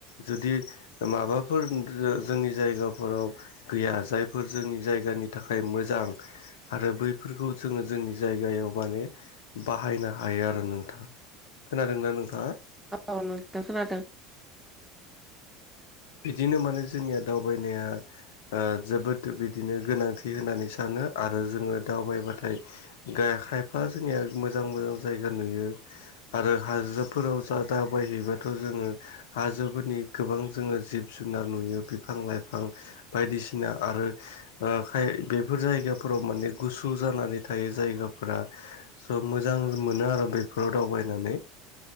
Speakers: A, on the left (about 70°); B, in the centre.
A: जुदि माबाफोर जोंनि जायगाफोराव गैया जाय बेफोर जोंनि जायगानि थाखाय मोजां। आरो बैफोरखौ जोङो जोंनि जायगायाव माने बाहायनो हायो आरो नोंथां खोनादोंना नोंथाङा?
B: औ नोंथां खोनादों।
A: बिदिनो माने जोंनिया दावबायनाया ओ जोबोद बिदिनो गोनांथि होननानै सानो आरो जोङो दावबायबाथाय गाय खायफा जोंनिया मोजां मोजां जायगा नुयो। आरो हाजोफोराव जा दाबबायहैबाथ' जोङो हाजोफोरनि गोबां जोङो जिब जुनार नुयो बिफां लाइफां बायदिसिना आरो ओ खाय बेफोर जायगाफोराव माने गुसु जानानै थायो जायगाफोरा स' मोजां मोनो आरो बेफोराव दावबायनानै।